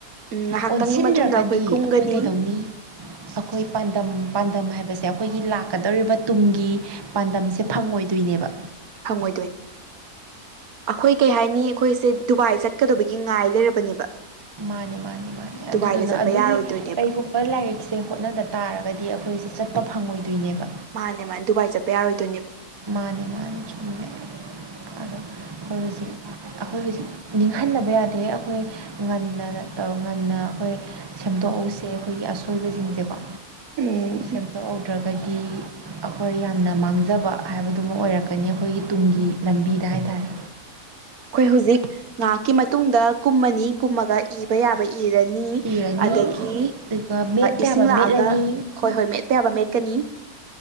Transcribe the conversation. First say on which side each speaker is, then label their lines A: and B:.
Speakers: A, on the right (about 70°); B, on the right (about 25°).
A: ꯎꯝ ꯉꯥꯏꯍꯥꯛꯇꯪꯒꯤ
B: ꯑꯣꯟꯁꯤꯟꯗ꯭ꯔꯒꯗꯤ
A: ꯃꯇꯨꯡꯗ ꯀꯨꯝꯒꯅꯤ
B: ꯑꯩꯈꯣꯏ ꯀꯩꯗꯧꯅꯤ ꯑꯩꯈꯣꯏ ꯄꯥꯟꯗꯝ ꯄꯥꯟꯗꯝ ꯍꯥꯏꯕꯁꯦ ꯑꯩꯈꯣꯏꯒꯤ ꯂꯥꯛꯀꯗꯧꯔꯤꯕ ꯇꯨꯡꯒꯤ ꯄꯥꯟꯗꯝꯁꯦ ꯐꯪꯉꯣꯏꯗꯣꯏꯅꯦꯕ
A: ꯐꯪꯉꯣꯏꯗꯣꯏ ꯑꯩꯈꯣꯏ ꯀꯩ ꯍꯥꯏꯅꯤ ꯑꯩꯈꯣꯏꯁꯦ ꯗꯨꯕꯥꯏ ꯆꯠꯀꯗꯕꯒꯤ ꯉꯥꯏ ꯂꯩꯔꯕꯅꯦꯕ
B: ꯃꯥꯅꯦ ꯃꯥꯅꯦ ꯃꯥꯅꯦ
A: ꯗꯨꯕꯥꯏꯗ
B: ꯑꯗꯨꯗꯨꯅ
A: ꯆꯠꯄ
B: ꯑꯗꯨꯒꯤ
A: ꯌꯥꯔꯣꯏꯗꯣꯏꯅꯦꯕ
B: ꯀꯩꯒꯨꯝꯕ ꯂꯥꯏꯔꯤꯛꯁꯦ ꯍꯣꯠꯅꯗ ꯇꯥꯔꯒꯗꯤ ꯑꯩꯈꯣꯏꯁꯦ ꯆꯠ ꯇ ꯐꯪꯉꯣꯏꯗꯣꯏꯅꯦꯕ
A: ꯃꯥꯅꯦ ꯃꯥꯅꯦ ꯗꯨꯕꯥꯏ ꯆꯠꯄ ꯌꯥꯔꯣꯏꯗꯣꯏꯅꯦꯕ
B: ꯃꯥꯅꯦ ꯃꯥꯅꯦ ꯆꯨꯝꯉ ꯑꯗꯣ ꯑꯩꯈꯣꯏ ꯍꯧꯖꯤꯛ ꯑꯩꯈꯣꯏ ꯍꯧꯖꯤꯛ ꯅꯤꯡꯍꯟꯅꯕ ꯌꯥꯗꯦ ꯑꯩꯈꯣꯏ ꯉꯟꯅ ꯇꯧ ꯉꯟꯅ ꯑꯩꯈꯣꯏ ꯁꯦꯝꯗꯣꯛꯍꯧꯁꯦ ꯑꯩꯈꯣꯏꯒꯤ ꯑꯁꯣꯏꯕꯁꯤꯡꯁꯦꯀꯣ
A: ꯎꯝ
B: ꯁꯦꯝꯗꯣꯛꯍꯧꯗ꯭ꯔꯒ ꯀꯗꯤ ꯑꯩꯈꯣꯏ ꯌꯥꯝꯅ ꯃꯥꯡꯖꯕ ꯍꯥꯏꯕꯗꯨꯃ ꯑꯣꯏꯔꯛꯀꯅꯤ ꯑꯩꯈꯣꯏꯒꯤ ꯇꯨꯡꯒꯤ ꯂꯝꯕꯤꯗ ꯍꯥꯏꯇꯥꯔꯦ
A: ꯑꯩꯈꯣꯏ ꯍꯧꯖꯤꯛ ꯉꯥꯏꯍꯥꯛꯀꯤ ꯃꯇꯨꯡꯗ ꯀꯨꯝꯃꯅꯤ ꯀꯨꯝꯃꯒ ꯏꯕ ꯌꯥꯕ ꯏꯔꯅꯤ
B: ꯏꯔꯅꯤ
A: ꯑꯗꯒꯤ
B: ꯑꯗꯨꯒ ꯃꯦꯠꯄ
A: ꯏꯁꯤꯡ
B: ꯌꯥꯕ
A: ꯂꯥꯛꯑꯒ
B: ꯃꯦꯠꯂꯅꯤ
A: ꯍꯣꯏ ꯍꯣꯏ ꯃꯦꯠꯄ ꯌꯥꯕ ꯃꯦꯠꯀꯅꯤ